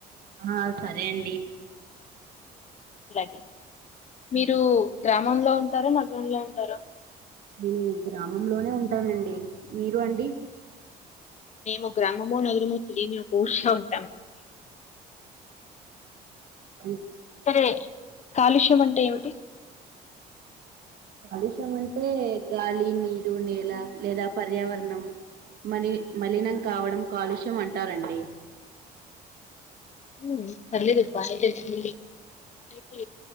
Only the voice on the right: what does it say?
ఆ సరే అండి
ఉమ్,
ఉ నేను గ్రామంలోనే ఉంటానండి మీరు అండి
ఉ
కాలుష్యం అంటే గాలి నీరు నేల లేదా పర్యావరణం మలి మలినం కావడం కాలుష్యం అంటారండి